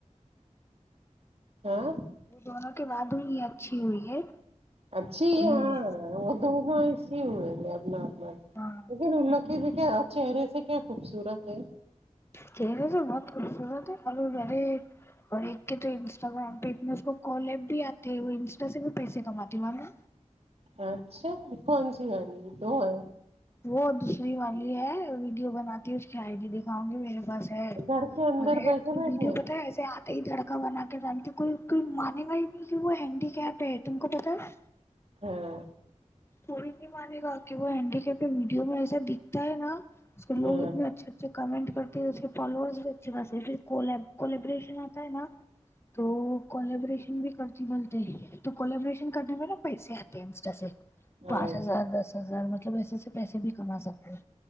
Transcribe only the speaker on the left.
وہ دونوں کے بعد ہوئی ہے اچھی ہوئی ہے
یہ
ہاں
چہرے سے بہت خوبصورت ہے اور وہ وہی اور ایک کے تو انسٹاگررام پہ اتنے اس کو کولاب بھی آتے ہے وہ انسٹا سے بھی پیسے کماتے ہے معلوم ہے
وہ دوسری والی ہے ویڈیو بناتی ہے اس کی آئی ڈی دکھاونگی میرے پاس ارے
ویڈیو پتا ہے ایسے ایک لڑکا بنا کر ڈالی تھی کوئی کوئی مانے گا ہی نہیں کہ و ہینڈی کیپ ہے تم کو پتا ہے
کوئی نہیں مانے گا کہ وہ ہینڈی کیپ ہے ویڈیو میں ایسا دکھتا ہے نا اس لوگ
اتنا اچھے کمنٹ کرتی ہے اس کے فولویرس بھی اچھے خاصے ہے پھر کولاب کلابریشن ہوتا ہے نا تو کولیبریشن بھی کرتی بولتے تو کولیبریشن کرنے میں نا پیسے آتے
پانچ ہزار دس ہزار مطلب ایسے سے پیسے بھی کما سکتے ہیں